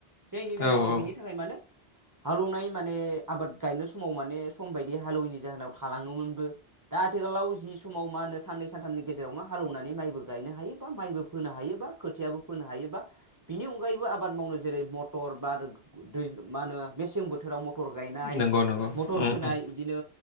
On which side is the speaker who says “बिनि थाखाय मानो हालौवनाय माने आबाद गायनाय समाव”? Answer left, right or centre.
Right